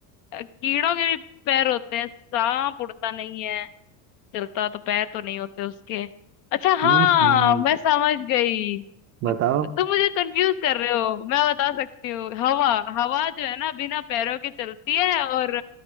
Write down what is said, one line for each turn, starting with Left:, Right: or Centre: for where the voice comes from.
Left: अ, कीड़ों के भी पैर होते हैं सांप उड़ता नहीं है चलता तो पैर तो नहीं होते उसके अच्छा
Right: हम्म
Left: हाँ
Right: हम्म,
Left: मैं समझ गई
Right: बताओ
Left: तुम मुझे कंफ्यूज कर रहे हो मैं बता सकती हूँ हवा हवा जो है ना बिना पैरों के चलती है और